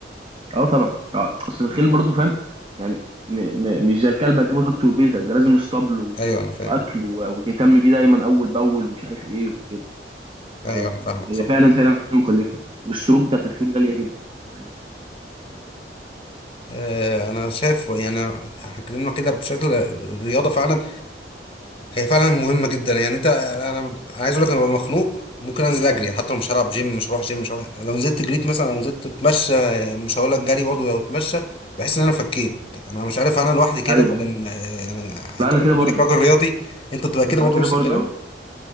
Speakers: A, on the right; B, on the left.
A: اه طبعا اه اصل الخيل برضه فاهم يعني م م مش زي الكلب هتجيبه تحطه في بيتك ده لازم اسطبل و-
B: ايوه انا فاهم
A: واكل و- وتهتم بيه دايما اول باول ومش عارف ايه وكده
B: ايوه
A: فهي
B: انا فاهمك صح
A: فعلا فعلا مكلفة والسروج بتاعت الخيول غالية جدا فاهم؟
B: آه، انا شايف يعني احنا اتكلمنا كده بشكل الرياضه فعلا هي فعلا مهمه جدا يعني انت انا أنا عايز اقول لك انا ببقى مخنوق ممكن انزل اجري حتى لو مش هلعب جيم مش هروح جيم مش هروح لو نزلت جريت مثلا لو نزلت اتمشى مش هقول لك جري برضه لو اتمشى بحس ان انا فكيت انا مش عارف انا لوحدي كده
A: ايوه
B: ولا إن- يعني
A: لا
B: انت
A: انا
B: برضه
A: كده برضه
B: انك راجل رياضي انت بتبقى كده
A: انا
B: برضه
A: انا كده
B: نفس
A: برضه
B: الكلام